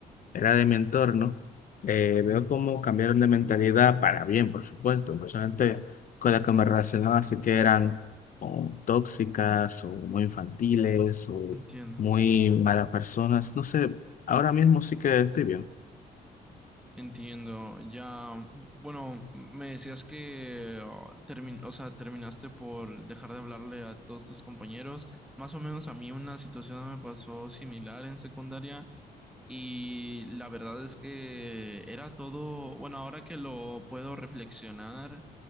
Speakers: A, on the left (about 55°); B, in the centre.
A: era de mi entorno, eh, veo cómo cambiaron de mentalidad para bien, por supuesto. Pues son gente con la que me relacionaba, así que eran o tóxicas o muy infantiles o
B: entiendo.
A: muy malas personas. No sé, ahora mismo sí que estoy bien.
B: Entiendo, ya, bueno, me decías que oh, termin- o sea, terminaste por dejar de hablarle a todos tus compañeros. Más o menos a mí una situación me pasó similar en secundaria y la verdad es que era todo, bueno, ahora que lo puedo reflexionar,